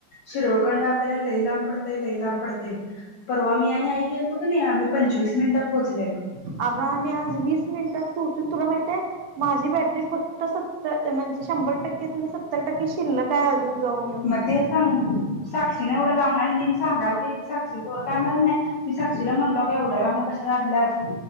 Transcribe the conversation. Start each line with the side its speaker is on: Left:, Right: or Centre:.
Left: शिरूर कडन आपल्याला लई लांब पडतय लई लांब पडतेय परवा मी आणि आई गेल तो का नाही आम्ही पंचवीस मिनिटात पोहोचलेलो
Right: अगं आम्ही आज वीस मिनिटात पोहोचून तुला माहितय माझी ब फक्त सत्तर म्हणजे शंभर टक्के सत्तर टक्के शिल्लक आहे अजून जाऊन येऊन.
Left: मग ते सांगून साक्षी ना एवढं लावून आणि तिने सांगाल साक्षी काय म्हणा नाही मी साक्षीला म्हणलो का एवढ्या लामण कशालाल्याच